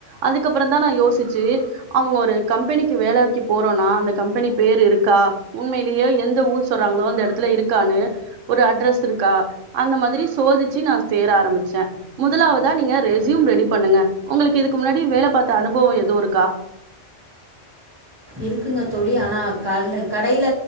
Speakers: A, on the right; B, on the right.
A: அதுக்கப்பறந்தா நா யோசி ச்சு அவுங்க ஒரு கம்பெனிக்கு வேலக்கி போறோனா அந்த கம்பெனி பேர் இருக்கா உண்மைலியோ எ ந்த ஊர் சொல்றாங்ளோ அந்த எடத்துல இருக்கானு ஒரு அட்ரஸ் இருக்கா அந்த மாதிரி சோதிச்சி நா சேர ஆரமிச்சே முதலாவதா நீங்க ரெஸ்யூம் ரெடி பண்ணுங்க உங்களுக்கு இதுக்கு முன்னாடி வேல பாத்த அனுபவோ எது இரு க்கா
B: இருக்குங்க தோழி ஆனா க கடையில